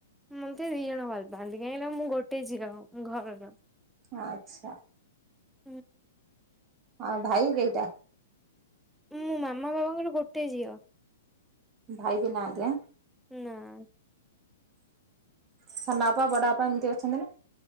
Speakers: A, in the centre; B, on the right.
A: ମତେ ଦି ଜଣ ଭଲ ପାଆନ୍ତି କାହିଁକି ନା ମୁଁ ଗୋଟେ ଝିଅ ଘର ର।
B: ଆଚ୍ଛା।
A: ହୁଁ।
B: ଆଉ ଭାଇ କେଇଟା।
A: ମୁଁ ମାମା ବାବାଙ୍କର ଗୋଟେ ଝିଅ।
B: ଭାଇ ବି ନାହାନ୍ତି।
A: ନାଁ।
B: ସାନ ବାପା ବଡ ବାପା ଏମିତି ଅଛନ୍ତି ନା।